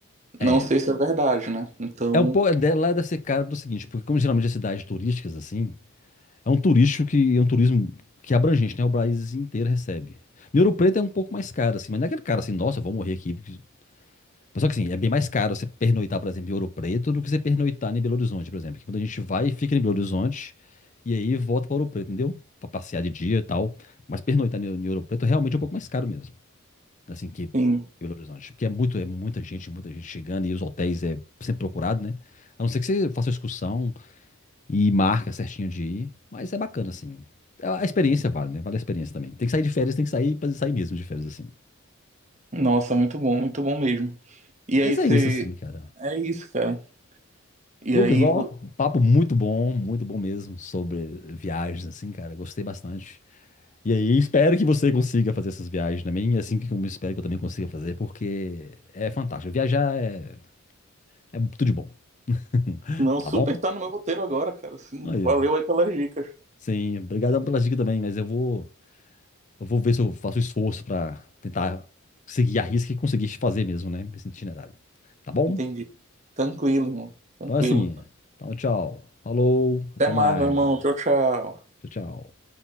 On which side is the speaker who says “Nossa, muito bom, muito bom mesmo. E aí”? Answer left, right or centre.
Right